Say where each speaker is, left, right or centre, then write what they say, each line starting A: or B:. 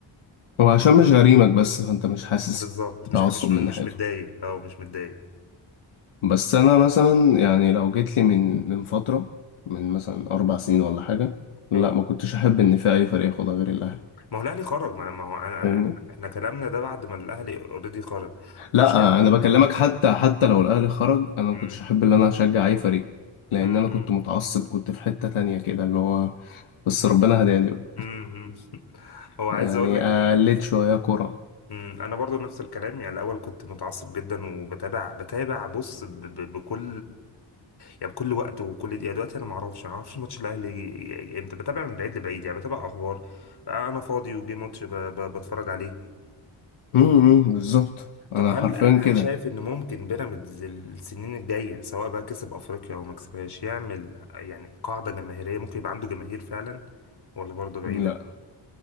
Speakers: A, on the left; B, on the left.
A: هو عشان مش غريمك بس فأنت مش حاسس
B: بالظبط مش
A: تعصب
B: مش مش
A: من ناحيته
B: متضايق اه مش متضايق
A: بس انا مثلا يعني لو جيت لي من من فتره من مثلا اربع سنين ولا حاجه لا
B: اه
A: ما كنتش احب ان في اي فريق ياخدها غير الاهلي
B: ما هو الاهلي خرج ما ما هو انا انا
A: فاهمني
B: احنا كلامنا ده بعد ما الاهلي اوريدي خرج طب
A: لا
B: شايف
A: انا بكلمك حتى حتى لو الاهلي خرج انا
B: امم
A: ما كنتش احب ان انا اشجع اي فريق لان
B: امم
A: انا كنت متعصب كنت في حته تانية كده اللي هو بس ربنا هداني بقى
B: امم <laughs> هو عايز
A: يعني
B: اقول لك ان
A: قلت شويه كوره
B: مم. انا برضو نفس الكلام يعني الاول كنت متعصب جدا وبتابع بتابع بص ب... ب... بكل يعني بكل وقت وكل دقيقه دلوقتي انا ما اعرفش ما اعرفش ماتش الاهلي امتى بتابع من بعيد لبعيد يعني بتابع اخبار انا فاضي وجي ماتش ب... ب... بتفرج عليه
A: امم إمم، بالظبط
B: طب
A: انا
B: هل
A: حرفيا
B: هل
A: كده
B: شايف ان ممكن بيراميدز السنين الجايه سواء بقى كسب افريقيا او ما كسبهاش يعمل يعني قاعده جماهيريه ممكن يبقى عنده جماهير فعلا ولا برضه بعيده
A: لا